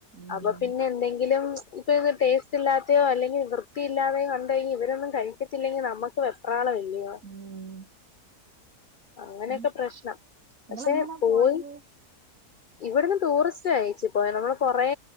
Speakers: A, on the right (about 60°); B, on the left (about 75°).
A: ഉം
B: അപ്പൊ പിന്നെന്തെങ്കിലും ഉപേ ഒന്ന് ടേസ്റ്റ് ത്തില്ലാത്ത്യോ അല്ലെങ്കി വൃത്തിയില്ലാതെയോ കണ്ടയ്ഞ് ഇവരൊന്നും കഴിക്ക്യത്തില്ലെങ്കി നമ്മക്ക് വെപ്രാളവല്ല്യോ
A: ഉം
B: അങ്ങനെക്കെ
A: നിങ്ങ
B: പ്രശ്നം
A: നിങ്ങളെങ്ങനാ
B: പക്ഷെ പോയി
A: പോയത്
B: ഇവട്ന്ന് ടൂറിസ്റ്റ് അയച്ചു പോയ നമ്മള് കൊറെ